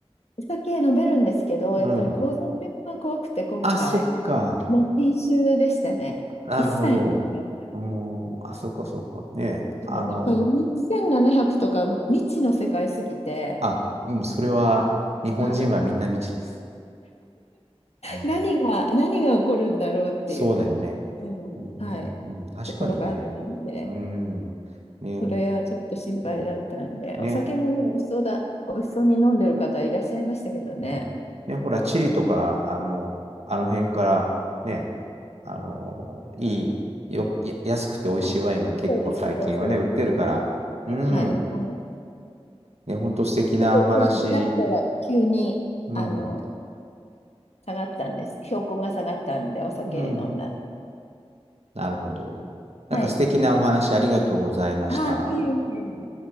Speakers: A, on the left; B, on the right.
A: お酒飲めるんですけど、
B: うん。
A: やっぱり高山病が怖くて今回、
B: あ、そっか。
A: もう禁酒でしたね。
B: なるほど。
A: 一切飲めなかった。
B: うん。あ、そっかそっか。ねえ、
A: そうやっぱり4700とか未知の世界すぎて、
B: あの、あ、うん、それは、日本人はみんな未知です。
A: はい。
B: はい。
A: 何が、何が起こるんだろうっていう、
B: そうだよね。
A: あの、
B: うんうんうん。
A: はい、
B: 確かにね。
A: ところがあったんで、
B: うん。ね、
A: それはちょっと心配だったんで、
B: そう。
A: お酒もね、
B: ね。
A: 美味しそうだ、美味しそうに飲んでる方いらっしゃいましたけどね。
B: うんね、ほら、チリとか、あの、あの辺から、ね、あの、いい、よ、や安くて美味しいワインが結構最近はね、
A: あ、そうですね、そうですね。
B: 売ってるから、うん、
A: はい。はい、はい。
B: ね、ほんと素敵なお話、
A: 一人になったら急に、
B: うん、
A: あの、下がったんです。標高が下がったんで、お酒飲んだ。
B: うん、なるほど。なんか素敵なお話ありがとうございました。
A: はい。ああ、いいね。